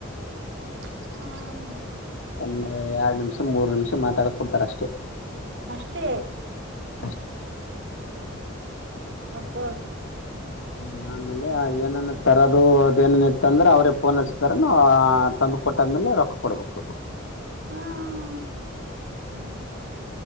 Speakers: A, on the right; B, on the left.
A: ಹ್ಮ
B: ಒಂದ ಎರಡ್ ನಿಮಿಷ ಮೂರ್ ನಿಮಿಷ ಮಾತಾಡಕ್ ಕೊಡ್ತಾರ ಅಷ್ಟೇ
A: ಅಷ್ಟೇ?
B: ಹ
A: ಅಪ್ಪ
B: ಹ್ಮ್ ಆಮೇಲೆ ಏನನ್ ತರದದು ಅದೇನನ್ ಇತ್ತ ಅಂದ್ರೆ ಅವ್ರೇ ಫೋನ್ ಹಸತಾರ ತಂದು ಕೊಟ್ಟಾದ್ಮೇಲೆ ರೊಕ್ಕ ಕೊಡ್ಬೇಕು
A: ಹ್ಮ್ ಹ್ಮ್
B: ಹ್ಮ್